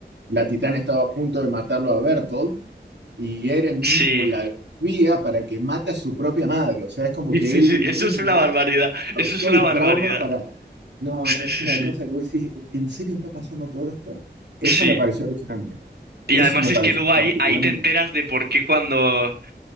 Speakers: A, on the right; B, on the right.
A: la titán estaba a punto de matarlo a Bertolt y Eren
B: sí.
A: mismo la desvía para que mate a su propia madre. O sea, es como
B: Sí,
A: que
B: sí,
A: él
B: sí,
A: mismo
B: eso es una barbaridad,
A: causó
B: eso es una
A: el
B: barbaridad.
A: trauma para... No,
B: Sí,
A: no, es
B: sí,
A: una
B: sí.
A: cosa que vos decís, ¿en serio está pasando todo esto? Eso
B: Sí.
A: me pareció alucinante.
B: Y
A: Eso
B: además
A: me
B: es
A: pareció
B: que luego ahí,
A: particularmente
B: ahí te enteras de por qué cuando...